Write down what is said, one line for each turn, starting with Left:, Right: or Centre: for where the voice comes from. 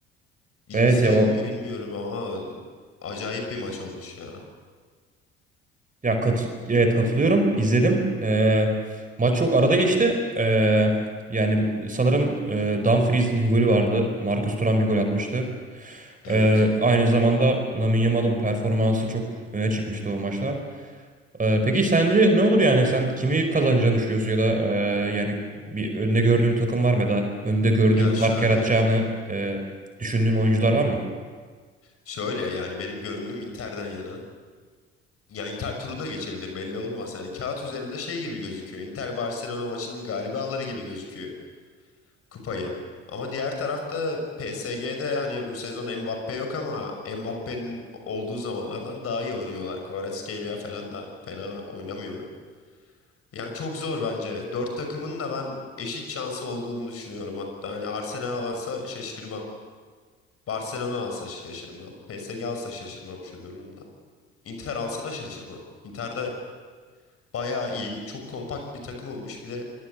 Left: İzledin
Right: evet ya o
Left: mi bilmiyorum ama acayip bir maç olmuş ya.
Right: ya katı- evet katılıyorum. İzledim. E, maç çok arada geçti. E, yani sanırım e, Dumfries'in bir golü vardı. Marcus Thuram bir gol atmıştı.
Left: Evet.
Right: E, aynı zamanda Lamine Yamal'ın performansı çok öne çıkmıştı o maçta. Ee, peki sence ne olur yani sen kimi kazanacağını düşünüyorsun ya da e, yani bir önde gördüğün takım var mı ya da önde gördüğün
Left: Ya
Right: fark
Left: şöyle.
Right: yaratacağını e, düşündüğün oyuncular var mı?
Left: Şöyle yani benim gönlüm Inter'den yana. Ya Inter turu da geçebilir belli olmaz. Yani kağıt üzerinde şey gibi gözüküyor. Inter Barcelona maçının galibi alır gibi gözüküyor. kupayı. Ama diğer tarafta PSG'de hani bu sezon Mbappe yok ama Mbappe'nin olduğu zamanlardan daha iyi oynuyorlar. Kvaratskhelia falan da fena oynamıyor. Yani çok zor bence. Dört takımın da ben eşit şansı olduğunu düşünüyorum hatta. Hani Arsenal alsa şaşırmam. Barcelona alsa şaşırmam. PSG alsa şaşırmam şu durumda. Inter alsa da şaşırmam. Inter'de bayağı iyi, çok kompakt bir takım olmuş. Bir de